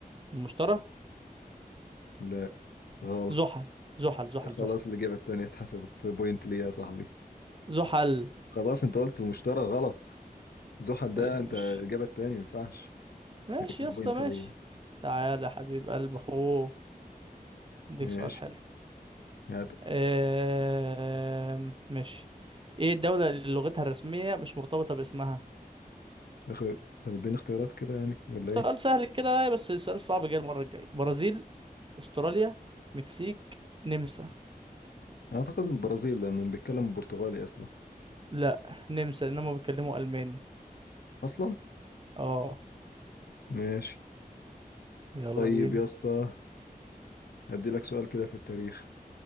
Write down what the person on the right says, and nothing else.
المشترى
زحل زحل زحل
زحل
زحل
طيب
ماشي
ماشي
يا اسطى
ماشي
تعالى يا حبيب قلب اخوه اديك
سؤال حلو
آم، ماشي ايه الدولة اللي لغتها الرسمية مش مرتبطة باسمها
سؤال سهل كده بس السؤال الصعب جاي المرة الجاية برازيل استراليا مكسيك نمسا
لا نمسا انهم بيتكلموا الماني
اه
يلا
بينا